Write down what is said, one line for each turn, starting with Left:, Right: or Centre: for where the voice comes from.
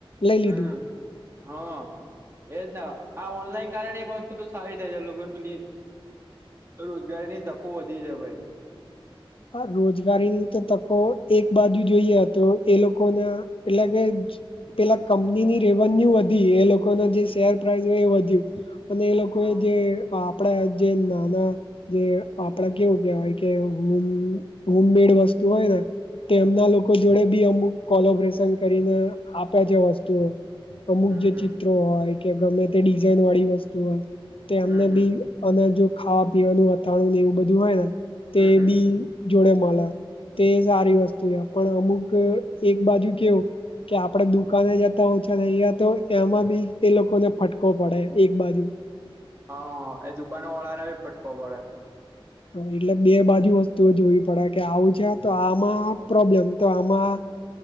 Left: લઈ
Right: હમ્મ.
Left: લીધું
Right: હા એજ ને આ ઓનલાઈન કારણે એક વસ્તુ તો સારી થઈ જ લોકોને પેલી રોજગારીની તકો વધી છે ભાઈ
Left: હ રોજગારીની તો તકો એક બાજુ જોઈએ તો એ લોકોને એટલે કે જ પેલા કંપનીની રેવન્યુ વધી એ લોકોના જે શેર પ્રાઈઝ હોય એ વધ્યું અને એ લોકો
Right: હા
Left: એ જે આપડે જે નાના જે આપડા કેવું કેહેવાય કે હોમ હોમ મેડ વસ્તુ હોય ન તેમના લોકો જોડે બી અમુક કોલોબરેશન કરીને આપે છે વસ્તુઓ અમુક
Right: હમ
Left: જે
Right: હમ
Left: ચિત્રો હોય કે ગમે તે ડિઝાઇન વાળી વસ્તુ હોય તે
Right: હમ
Left: એમને
Right: હમ
Left: બી અને જો ખાવા પીવાનું અથાણું ને એવું બધું હોય ને તે
Right: હમ હમ
Left: બી જોડે મલ તે સારી વસ્તુ છે પણ અમુક એક બાજુ કેવું કે આપડે દુકાને જતા ઓછા નહીયા તો એમાં બી એ લોકોને ફટકો પડે એક બાજુ
Right: હ હા એ દુકાન વાળા ને ભી ફટકો પડે
Left: એટલે બે બાજુ વસ્તુઓ જોવી પડે કે આવું છે તો આમાં પ્રોબ્લેમ તો આમાં